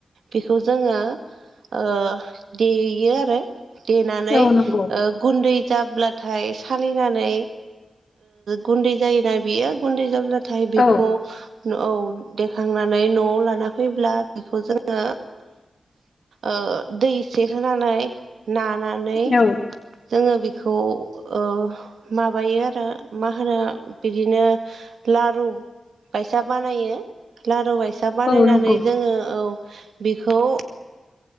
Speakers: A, on the right (about 85°); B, on the left (about 55°).
A: बेखौ जोङो ओ देयो आरो देनानै
B: औ नंगौ
A: ओ गुन्दै जाब्ला नाथाय सालिनानै गुन्दै जायोना बियो गुन्दै ज नाथाय बेखौ
B: औ
A: औ देखांनानै न'आव लाना फैब्ला बेखौ जोङो ओ दै एसे होनानै नानानै
B: औ
A: जोङो बेखौ ओ माबायो आरो मा होनो बिदिनो लारु बायसा बानायो लारु बायसा बानायनानै
B: औ नंगौ
A: जोङो औ बेखौ <inaudible>